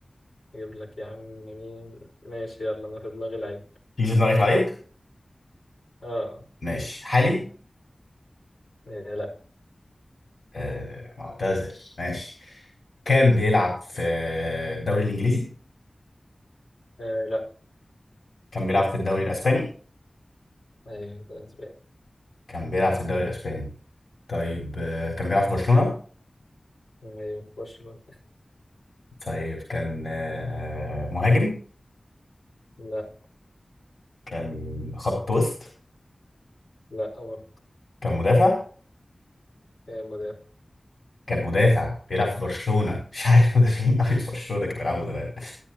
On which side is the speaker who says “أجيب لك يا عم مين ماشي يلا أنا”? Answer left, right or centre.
Left